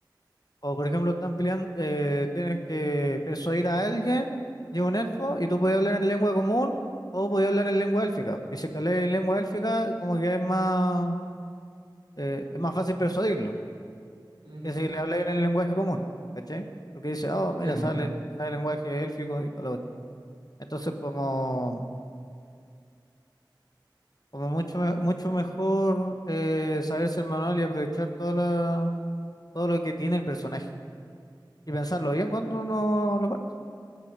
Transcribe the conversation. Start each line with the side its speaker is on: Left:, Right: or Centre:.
Left: O, por ejemplo, están peleando, eh, tienen que persuadir a alguien, llega un elfo, y tú podías hablar en lengua común o podías hablar en lengua élfica. Y si es que hablas en lengua élfica, como que es más, eh, es más fácil persuadirlo
Right: Ujú.
Left: que si le hablas en el lenguaje común, ¿cachai? Porque dice, ah, oh, mira,
Right: Sí, po.
Left: sale, sale el lenguaje élfico y todo Entonces, como, como mucho, me- mucho mejor eh, saberse el manual y aprovechar toda la, todo lo que tiene el personaje y pensarlo bien cuando uno lo parte.